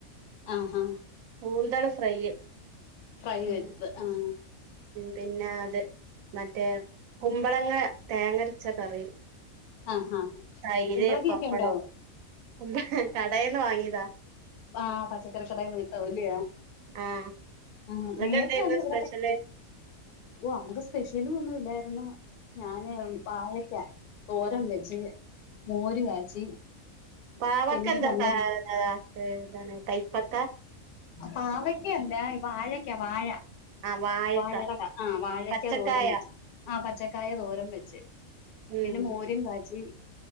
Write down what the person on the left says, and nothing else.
ആഹ്
ഫ്രൈ
വെന്ത ആഹ്.
ആഹ്
കുമ്പളങ്ങ
ഒക്കെ ഉണ്ടോ.
ആഹ് പച്ചക്കറി കടയിൽ പോയിട്ട് <unintelligible>
ഉം
നേരത്തെ
അത് ഇവിടെ
ഒക്കെ ഓ ഞങ്ങൾക് സ്പെഷ്യൽ ഒന്നുമില്ലായിരു എന്നാ ഞാന് വാഴക്കാ തോരൻ വെച്ച് മോര് കാച്ചി.
പിന്നെ
ചമ്മന്തി
പാവയ്ക്ക അല്ല വാഴക്ക വാഴ.
വാഴ കാ വാഴക്കാ
തോരൻ വെച്ച് ആ പച്ചക്കായ തോരൻ വെച്ച്
പിന്നെ മോരും കാച്ചി